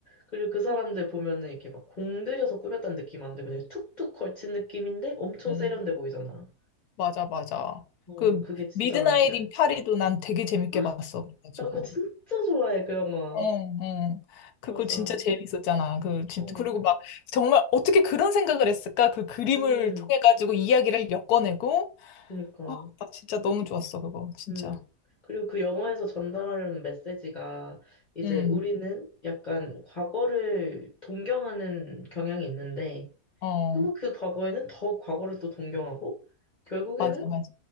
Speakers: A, on the left; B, on the left.
A: 그리고 그 사람들
B: 어,
A: 보면은 이렇게 막 공들여서 꾸몄다는 느낌 안 들고 되게 툭툭 걸친 느낌인데 엄청
B: 음,
A: 세련돼 보이잖아.
B: 맞아, 맞아.
A: 어,
B: 그,
A: 그게 진짜
B: 미드나잇
A: 간지야.
B: 인 파리도 난 되게 재밌게
A: 아,
B: 봤어. 그래가지고.
A: 나 그거 진짜 좋아해, 그 영화.
B: 어, 어. 그거
A: 맞아.
B: 진짜 재밌었잖아. 그, 진짜.
A: 어.
B: 그리고 막, 정말 어떻게 그런 생각을 했을까? 그 그림을
A: 음,
B: 통해가지고 이야기를 엮어내고,
A: 그니까.
B: 아, 나 진짜 너무 좋았어, 그거. 진짜.
A: 음. 그리고 그 영화에서 전달하려는 메시지가 이제
B: 응.
A: 우리는 약간 과거를 동경하는 경향이 있는데
B: 어,
A: 또 그 과거에는 더 과거를 또 동경하고 결국에는
B: 맞아, 맞아.